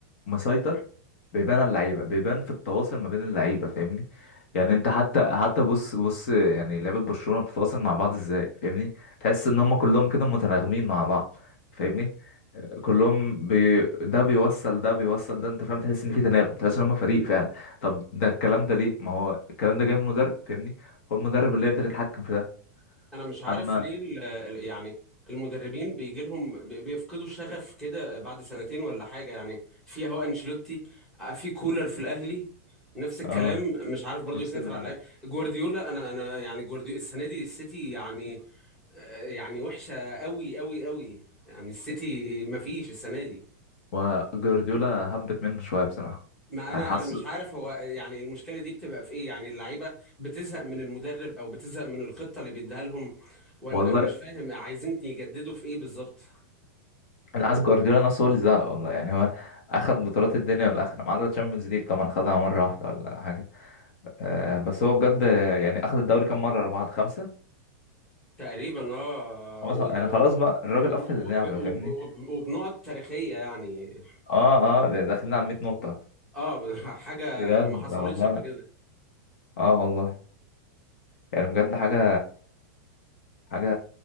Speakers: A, on the left; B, in the centre.
A: مسيطر بيبان على اللعيبه بيبان في التواصل ما بين اللعيبه فاهمني يعني انت حتى حتى بص بص يعني لعيبه برشلونه بتتواصل مع بعض ازاي فاهمني تحس ان هم كلهم كده متناغمين مع بعض فاهمني كلهم بي... ده بيوصل ده بيوصل ده انت فاهم تحس ان في تناغم تحس ان هم فريق فعلا طب ده الكلام ده ليه ما هو الكلام ده جاي من المدرب فاهمني هو المدرب اللي يقدر يتحكم في ده
B: أنا مش عارف
A: اما
B: ليه ال- ال- يعني المدربين بيجي لهم بي- بيفقدوا الشغف كده بعد سنتين ولا حاجة يعني في أهو أنشيلوتي آه، في كولر في الأهلي نفس الكلام
A: اه
B: مش عارف برضو
A: نفس
B: يسيطر
A: ال...
B: على اللعيبة جوارديولا أنا أنا يعني جوارديولا السنة دي السيتي يعني آه، يعني وحشة قوي قوي قوي يعني السيتي مفيش السنة دي
A: وجوارديولا هبت منه شويه بصراحه
B: ما انا
A: انا حاسس
B: انا مش عارف هو يعني المشكله دي بتبقى في ايه يعني اللعيبه بتزهق من المدرب او بتزهق من الخطه اللي بيديها لهم ولا
A: والله
B: انا مش فاهم عايزين يجددوا في ايه بالظبط
A: انا حاسس جوارديولا نفسه هو اللي زهق والله يعني هو اخد بطولات الدنيا والاخره ما عدا الشامبيونز ليج طبعا خدها مره واحده ولا حاجه أه بس هو بجد يعني اخد الدوري كام مره ورا بعض خمسه
B: تقريبا اه
A: هو
B: و-
A: ص- يعني خلاص بقى الراجل
B: وب-
A: قفل اللعبه
B: وب-
A: فاهمني
B: وب- وبنقط تاريخيه يعني
A: اه اه ده داخلين على 100 نقطه
B: اه <laughs> حاجه
A: بجد
B: ما حصلتش
A: والله
B: قبل كده
A: اه والله يعني بجد حاجه حاجه